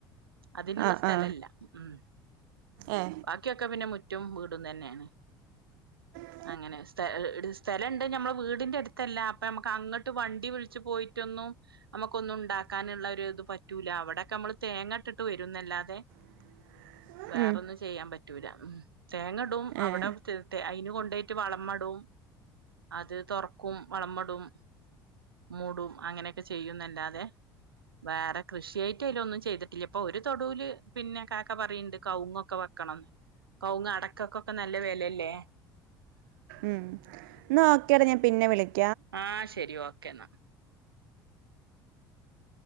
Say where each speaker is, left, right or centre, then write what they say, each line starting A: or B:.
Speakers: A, on the right; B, on the right.
A: അതിനുള്ള
B: ആ
A: സ്ഥലല്ല
B: ആ
A: മ്മ്
B: ഏ
A: ബാക്കിയൊക്കെ പിന്നെ മുറ്റും വീ തന്നെയാണ്
B: മ്മ്
A: അങ്ങനെ സ് സ്ഥലംണ്ട് നമ്മെ വീടിന്റെ അടുത്തല്ല അപ്പൊ നമ്മുക്ക് അങ്ങോട്ട് വണ്ടി വിളിച്ചച്ച് പോയിട്ടൊന്നും നമുക്കൊന്നും ഉണ്ടാക്കാനുള്ള ഇത് പറ്റൂല അവിടക്കെ നമ്മള് തേങ്ങട്ടിട്ട് വരുന്നല്ലാതെ
B: <inaudible>
A: വേറെൊന്നും
B: ഉം,
A: ചെയ്യാൻ പറ്റൂല തേങ്ങടും അവിടെ
B: ഏ
A: അയിന് കൊണ്ടയിട്ട് വളമടും അത് തുറക്കും വളമടും മൂടും അങ്ങനെയൊക്കെ ചെയ്യുന്നല്ലാതെ വേറെ കൃഷിയായിട്ട് അതില ഒന്നും ചെയ്തിട്ടില്ല ഇപ്പൊ ഒരു തൊടുവില് പിന്നെ കാക്ക പറയണ്ട് കവങ്ങൊക്കെ ക്കണം കൗങ്ങ് അടക്കൊക്കൊക്കെ നല്ല വിലല്ലേ
B: ഉം നോക്കെടാ ഞാൻ പിന്നെ വിള
A: ആഹ ശെരി ഓക്കേ എന്നാ